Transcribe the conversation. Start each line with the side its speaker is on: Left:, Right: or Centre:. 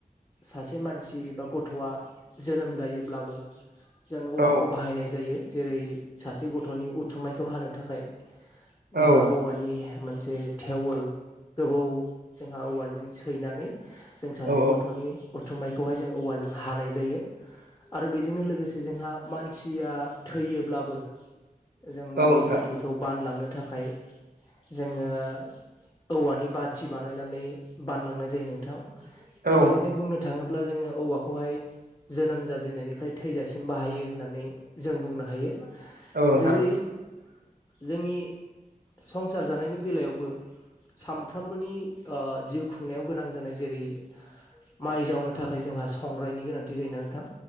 Left: सासे मानसि बा गथ'आ जोनोम जायोब्लाबो जों औवाखौ
Right: औ
Left: बाहायनाय जायो जेरै सासे गथ'नि उथुमायखौ हानो थाखाय जोंहा
Right: औ
Left: औवानि मोनसे थेवोल गोबौ जोंहा औवाजों सैनानै जों सासे
Right: औ
Left: गथ'नि उथुमनायखौहाय जों औवाजों हानाय जायो आरो बेजोंनो लोगोसे जोंहा मानसिया थैयोब्लाबो जों
Right: औ
Left: मानसि
Right: नोंथां
Left: गोथैखौ बानलांनो थाखाय जोङो औवानि बाथि बानायनानै बानलांनाय जायो नोंथां।
Right: औ
Left: बेबायदिनो बुंनो थाङोब्ला जोङो औवाखौहाय जोनोम जाजेननायनिफ्राय थैजासिम बाहायो होननानै जों बुंनो हायो
Right: औ नोंथां
Left: जेरै जोंनि संसार जानायनि बेलायावबो सानफ्रोमबोनि जिउ खुंनायाव गोनां जानाय जेरै माइ जावनो थाखाय जोंहा संग्रायनि गोनांथि जायोना नोंथां